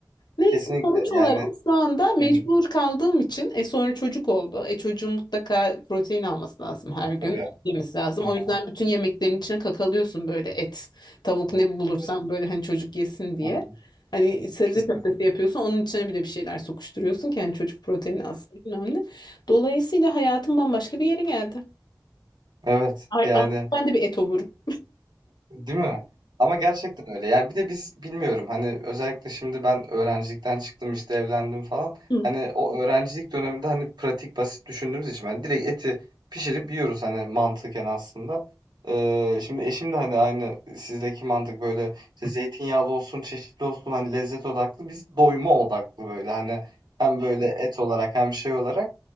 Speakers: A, on the left; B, on the right.
A: Neyse
B: Kesinlikle
A: sonuç
B: yani
A: olarak şu anda mecbur
B: hı, hı,
A: kaldığım için e sonra çocuk oldu. E çocuğun mutlaka protein alması lazım her gün
B: tabii.
A: yemesi lazım.
B: Hı, hı,
A: O yüzden bütün yemeklerin içine kakalıyorsun böyle et, tavuk ne bulursan
B: evet.
A: böyle hani çocuk yesin diye.
B: Hı, hı,
A: Hani sebze
B: kesinlikle.
A: köftesi yapıyorsun onun içine bile bir şeyler sokuşturuyorsun ki hani çocuk proteini aslında önemli. Dolayısıyla hayatım bambaşka bir yere geldi.
B: Evet
A: Ay,
B: yani
A: artık ben de bir et ovurum.
B: Değil mi? Ama gerçekten öyle. Yani bir de biz bilmiyorum hani özellikle şimdi ben öğrencilikten çıktım işte evlendim falan.
A: Hı.
B: Hani o öğrencilik döneminde hani pratik basit düşündüğümüz için ben direkt eti pişirip yiyoruz hani mantıken aslında. Ee, şimdi eşim de hani aynı sizdeki mantık böyle işte zeytinyağlı olsun çeşitli olsun hani lezzet odaklı biz doyuma odaklı böyle hani hem böyle et olarak hem şey olarak.